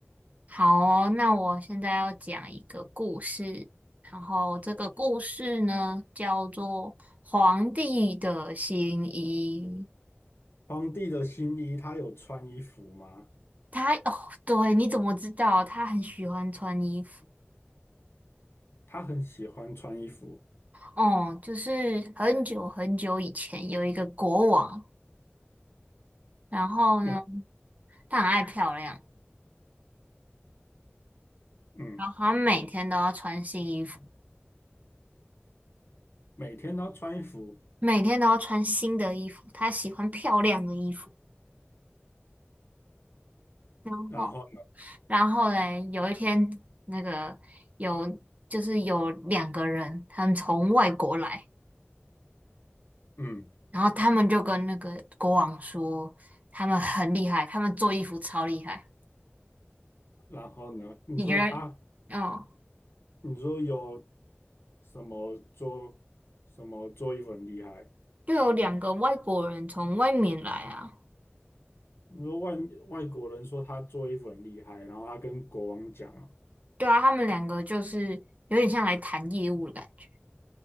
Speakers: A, on the right; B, on the left.
A: 好哦，那我现在要讲一个故事，然后这个故事呢叫做《皇帝的新衣》。
B: 可以啊。皇帝的新衣，他有穿衣服吗？
A: 他哦，对，你怎么知道？他很喜欢穿衣服。
B: 他很喜欢穿衣服，
A: 哦，就是很久很久以前有一个国王，然后呢，
B: 呃，
A: 他很爱漂亮。
B: 嗯，
A: 然后他每天都要穿新衣服，
B: 每天都穿衣服，
A: 每天都要穿新的衣服。他喜欢漂亮的衣服。然后，
B: 然后，
A: 然后嘞，有一天，那个有就是有两个人，他们从外国来，
B: 嗯，
A: 然后他们就跟那个国王说，他们很厉害，他们做衣服超厉害。
B: 然后呢？你说他，
A: 你觉得？哦，
B: 你说有什么做什么做衣服很厉害？
A: 就有两个外国人从外面来啊。
B: 你说外外国人说他做衣服很厉害，然后他跟国王讲啊，
A: 对啊，他们两个就是有点像来谈业务的感觉。